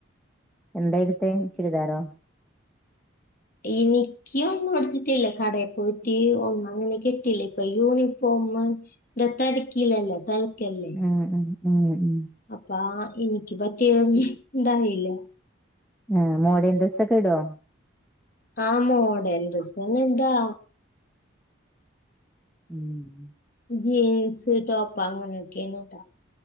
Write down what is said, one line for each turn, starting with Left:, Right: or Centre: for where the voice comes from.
Centre: എന്തായെടുത്തെ ചുരിദാറോ?
Left: എനിക്ക് ഒന്നും മേടിച്ചിട്ടില്ല. കടയിൽ പോയിട്ട് ഒന്നും അങ്ങനെ കിട്ടീല്ല. ഇപ്പൊ യൂണിഫോം ഫോമ് തെരക്കിലല്ലേ, തെരക്കല്ലേ
Centre: ഉം ഉം ഉം ഉം
Left: അപ്പാ എനിക്ക് പറ്റിയതൊന്നും ഉണ്ടാവില്ല.
Centre: ആ മോഡേൺ ഡ്രസ്സ് ഒക്കെ ഇടോ?
Left: ആ മോഡേൺ ഡ്രസ്സനെ ഇടാ.
Centre: ഉം.
Left: ജീൻസ്, ടോപ്പ് അങ്ങനെയൊക്കെയാണ് ഇടാ.